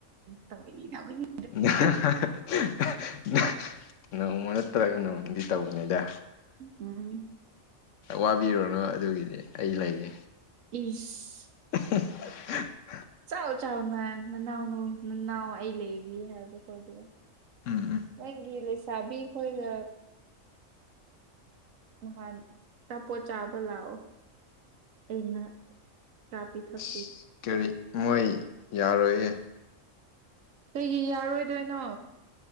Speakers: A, on the right; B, on the left.
A: ꯇꯧꯒꯅꯤ ꯇꯧꯒꯅꯤ
B: ꯅꯍ ꯍ ꯍ ꯍ ꯅꯪ ꯍ ꯅꯣꯡꯃ ꯅꯠꯇ꯭ꯔꯒ ꯅꯣꯡꯃꯗꯤ ꯇꯧꯒꯅꯤꯗꯥ
A: ꯎꯝ
B: ꯋꯥꯕꯤꯔꯨꯔꯅꯨ ꯑꯗꯨꯒꯤꯗꯤ ꯑꯩ ꯂꯩꯔꯤ
A: ꯏꯁ
B: ꯎꯝ
A: ꯆꯥꯎ ꯆꯥꯎ ꯃꯌꯥꯝ ꯅꯥꯎꯅ ꯅꯅꯥꯎ ꯑꯩ ꯂꯩꯔꯤ ꯍꯥꯏꯕ ꯈꯣꯏꯗꯔ
B: ꯎꯝ ꯎꯝ
A: ꯅꯪꯒꯤ ꯂꯩꯁꯥꯕꯤ ꯈꯣꯏꯒ ꯉꯍꯥꯟ ꯑꯆꯥꯄꯣꯠ ꯆꯥꯕ ꯂꯥꯛꯑꯣ ꯑꯩꯅ ꯆꯥ ꯄꯤꯊꯛ
B: ꯑꯁ ꯀꯔꯤ ꯃꯣꯏ ꯌꯥꯔꯣꯏꯍꯦ
A: ꯀꯩꯒꯤ ꯌꯥꯔꯣꯏꯗꯣꯏꯅꯣ